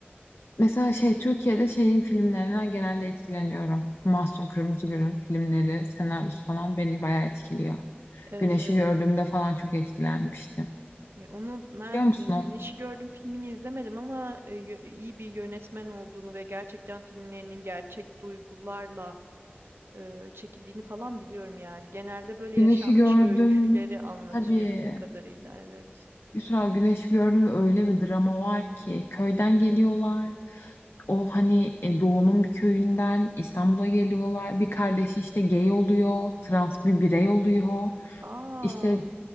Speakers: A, on the left (about 80°); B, on the right (about 75°).
A: Mesela şey Türkiye'de şeyin filmlerinden genelde etkileniyorum. Mahsun Kırmızıgül'ün filmleri, senaryosu falan beni bayağı etkiliyor.
B: Evet
A: Güneşi
B: evet.
A: gördüğümde falan çok etkilenmiştim.
B: E, Onu ben
A: Biliyor musun?
B: e, Güneşi
A: o?
B: Gördüm filmini izlemedim ama e, yö- iyi bir yönetmen olduğunu ve gerçekten filmlerinin gerçek duygularla e, çekildiğini falan biliyorum yani. Genelde böyle
A: Güneşi
B: yaşanmış
A: gördüm.
B: öyküleri anlatıyor
A: Tabii.
B: bildiğim kadarıyla evet.
A: Yusra Güneş gördüm ve öyle bir drama var ki köyden geliyorlar. O hani e, doğunun bir köyünden İstanbul'a geliyorlar. Bir kardeşi işte gay oluyor, trans bir birey oluyor.
B: Aa,
A: İşte